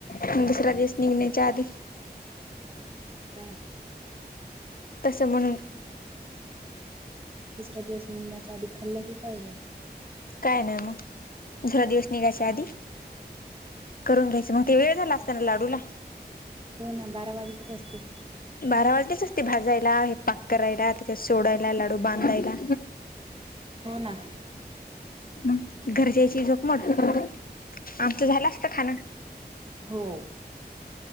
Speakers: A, on the left; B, on the right.
A: हं दुसरा दिवस निगण्याच्या आधी
B: कुठ हाय
A: तसं म्हणून
B: दुसरा दिवस निगण्याच्या आधी खल्ला की पाहिजे.
A: काय नाय मग दुसरा दिवस निघायच्या आधी करून घ्यायच मंग ते येळ झाला असता ना त्या लाडूला
B: हो ना बारा वाजतेच असते.
A: बारा वाजलेच असते भाजायला हे पाक करायला त्याच्यात सोडायला लाडू बांधायला
B: हो ना हो ना
A: मग घरच्याची झोपमोड आमचं झालं असत खाण
B: हो.